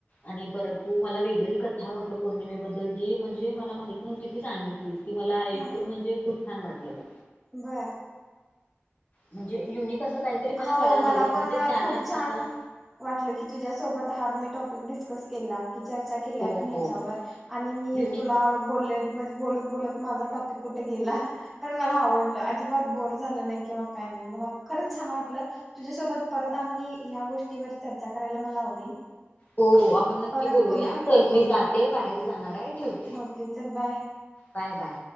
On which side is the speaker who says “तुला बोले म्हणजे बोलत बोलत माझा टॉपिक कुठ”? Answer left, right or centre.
Centre